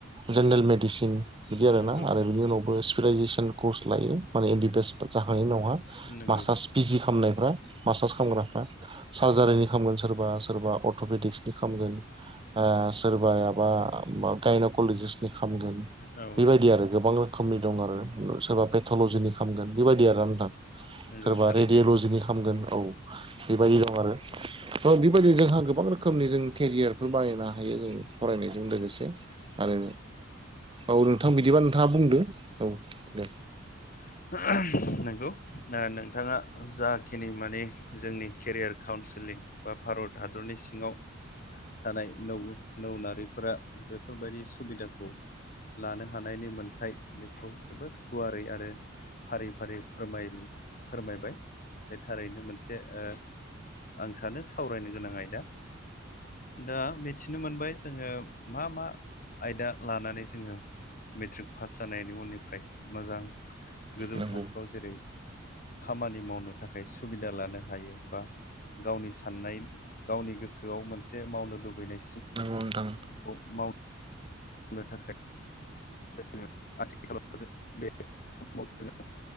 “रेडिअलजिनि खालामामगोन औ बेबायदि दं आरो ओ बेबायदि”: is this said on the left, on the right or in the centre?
Right